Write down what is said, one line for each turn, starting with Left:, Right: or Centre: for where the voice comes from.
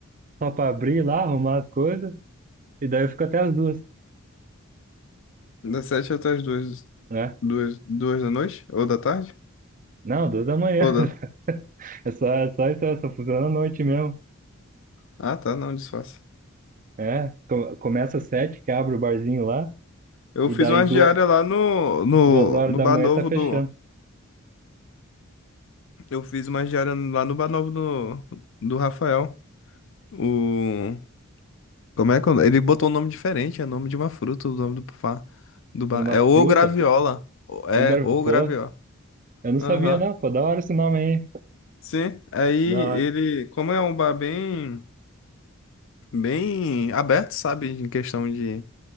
Right: só pra abrir lá, arrumar as coisas, e daí eu fico até as duas,
Left: Das sete até as duas,
Right: né?
Left: duas, duas da noite? Ou da tarde?
Right: Não, duas da manhã.
Left: Ou
Right: <laughs>
Left: da...
Right: É só, é só isso, é só funciona à noite mesmo.
Left: Ah, tá, não, disfarça.
Right: É, co- começa às sete, que abre o barzinho lá,
Left: Eu
Right: e
Left: fiz
Right: daí
Left: umas
Right: duas,
Left: diárias lá no, no,
Right: duas horas
Left: no
Right: da
Left: Bar
Right: manhã
Left: Novo
Right: tá fechando.
Left: do... Eu fiz umas diárias lá no Bar Novo do, do Rafael. O... Como é que... é o nome? Ele botou um nome diferente, é o nome de uma fruta, o nome do, fa- do bar.
Right: Uma
Left: É
Right: fruta,
Left: o Graviola. O- É,
Right: o gar...
Left: o
Right: pô,
Left: Graviola.
Right: Eu não
Left: Aham.
Right: sabia, não, pô. Da hora esse nome aí.
Left: Sim, aí
Right: Da hora.
Left: ele, como é um bar bem, bem aberto, sabe, em questão de